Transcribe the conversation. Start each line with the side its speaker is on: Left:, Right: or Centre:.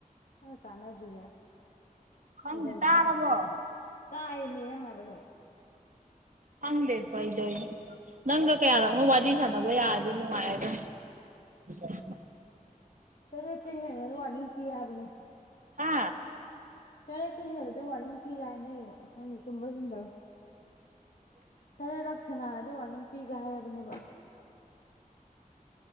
Left: ꯑꯝꯇꯥꯟꯅꯗꯔ꯭ꯤꯁꯤꯅ
Right: ꯈꯪꯗꯦ
Left: ꯀꯩꯗꯧꯔꯦ
Right: ꯇꯥꯔꯕꯣ
Left: ꯍꯥꯏꯕꯅ ꯇꯥꯏꯌꯦꯃꯤ ꯅꯪꯅ ꯍꯥꯏꯕ ꯑꯗꯨꯝ
Right: ꯍꯪꯗꯦ ꯀꯩꯗꯣꯏꯅꯣ ꯅꯪꯒ ꯀꯌꯥꯔꯥꯛꯅꯣ ꯋꯥꯔꯤ ꯁꯥꯟꯅꯕ ꯌꯥꯔꯗꯤ ꯅꯨꯡꯉꯥꯏꯔꯗꯝ ꯎ <unintelligible>
Left: ꯇꯔꯠꯇ ꯍꯦꯜꯂ ꯋꯥꯔꯅꯤꯡꯄꯤ ꯍꯥꯏꯕꯅꯦ
Right: ꯍꯥꯥ
Left: ꯇꯥꯔꯦꯠ ꯇꯩ ꯍꯦꯜꯂꯗꯤ ꯋꯥꯔꯅꯤꯡ ꯄꯤ ꯍꯥꯏꯅꯩꯕ ꯈꯪꯗꯦ ꯆꯨꯝꯕ ꯆꯨꯝꯗꯕ ꯇꯔꯦꯠꯔꯛ ꯁꯅꯥꯔꯗꯤ ꯋꯥꯅꯤꯡ ꯄꯤꯒꯦ ꯍꯥꯏꯕꯅꯦꯕ